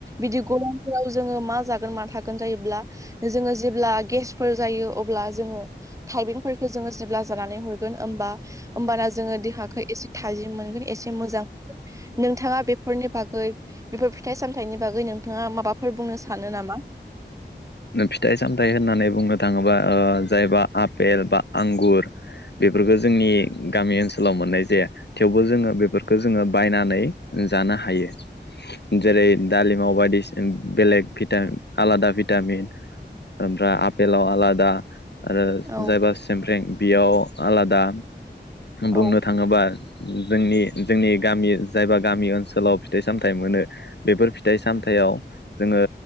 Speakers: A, on the right; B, on the left.
A: बिदि गरमफोराव जोङो मा जागोन मा थागोन जायोब्ला जोङो जेब्ला गेसफोर जायो अब्ला जोङो थाइबेंफोरखौ जोङो जेब्ला जानानै हरगोन होमबा होमबाना जोङो देहाखौ एसे थाजिम मोनगोन एसे मोजां नोंथाङा बेफोरनि बागै बेफोर फिथाइ सामथाइनि बागै नोंथाङा माबाफोर बुंनो सानो नामा।
B: फिथाइ सामथायाइ होननानै बुंनो थाङोबा जायबा आफपेल बा आंगुर बेफोरखौ जोंनि गामि ओनसोलाव सोलाव मोननाय जाया थेवबो जोङो बेफोरखौ जोङो बायनानै जानो हायो। जेरै दालिमाव बायदिसिना बेलेग भिटिन आलादा भिटामिन ओमफ्राय आपेलाव आलादा आरो
A: औ
B: जायबा सेमप्रेंक बेयाव आलादा
A: औ
B: बुंनो थाङोबा जोंनि जोंनि गामि जायबा गामि ओनसोलाव फिथाइ सामथाइ मोनो। बेफोर फिथाइ सामथायाइयाव जोङो